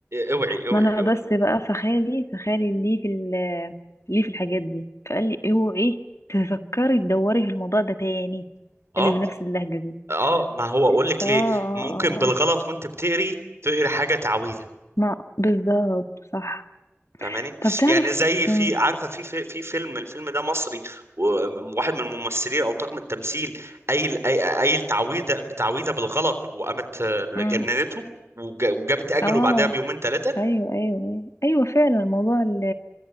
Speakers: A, on the right; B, on the left.
A: اوعي اوعي
B: ما انا
A: اوعي
B: بس بقى فخالي فخالي ليه في ال- ليه في الحاجات دي فقال لي اوعي تفكري تدوري في الموضوع ده تاني
A: اه
B: اللي بنفس اللهجة دي
A: اه ما هو اقول
B: اه
A: لك
B: اه
A: ليه ممكن
B: اه آه.
A: بالغلط وانت بتقري تقري حاجه تعويذه
B: ما بالظبط صح
A: فاهماني
B: طب تعرف
A: يعني زي في
B: امم
A: عارفه في في, في فيلم الفيلم ده مصري وواحد من الممثلين او طاقم التمثيل قايل قايل قايل تعويذه بتعويذه بالغلط وقامت جننته
B: امم
A: وج- وجابت اجله
B: اه
A: بعدها بيومين ثلاثه
B: ايوه ايوه ايوه فعلا الموضوع ال-